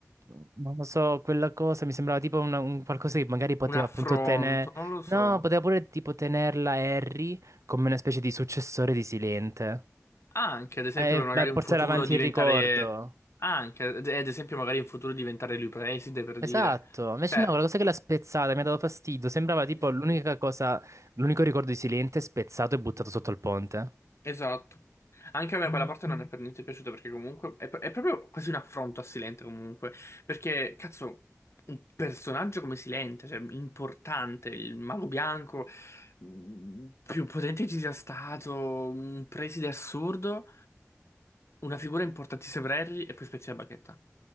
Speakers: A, on the right; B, on the left.
A: mhmm, non lo so, quella cosa mi sembrava tipo una- un qualcosa che magari poteva
B: Un affronto,
A: appunto tenere,
B: non lo so.
A: no, poteva pure tipo tenerla Harry come una specie di successore di Silente.
B: Anche, ad esempio,
A: E
B: per magari
A: per
B: un
A: portare
B: futuro
A: avanti
B: diventare...
A: il ricordo.
B: Anche, ad ad esempio, magari in futuro diventare lui preside, per
A: Esatto,
B: dire.
A: invece
B: Cioè,
A: no, quella cosa che l'ha spezzata mi ha dato fastidio, sembrava tipo
B: mhm,
A: l'unica cosa, l'unico ricordo di Silente spezzato e buttato sotto il ponte.
B: esatto. Anche a me quella parte non è per niente piaciuta, perché comunque è, è proprio quasi un affronto a Silente, comunque. Perché, cazzo, un personaggio come Silente, cioè, importante, il mago bianco, mh, più potente ci sia stato, un preside assurdo, una figura importantissima per Harry, e poi spezzi la bacchetta.